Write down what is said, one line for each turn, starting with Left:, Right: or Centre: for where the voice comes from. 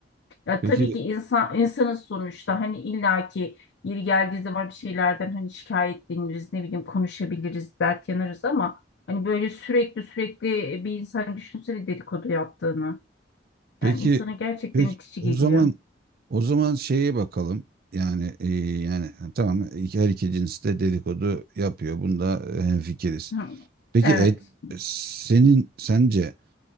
Left: Ya
Right: Peki
Left: tabii ki insan insanız sonuçta hani illaki yeri geldiği zaman bir şeylerden hani şikayetleniriz, ne bileyim konuşabiliriz, dert yanarız ama hani böyle sürekli sürekli bir insan düşünsene dedikodu yaptığını.
Right: peki
Left: Yani insana gerçekten
Right: peki
Left: itici
Right: o zaman
Left: geliyor.
Right: o zaman şeye bakalım. Yani e, yani tamam iki- her iki cins de dedikodu yapıyor. Bunda hemfikiriz.
Left: Hı,
Right: Peki
Left: Evet.
Right: e, senin sence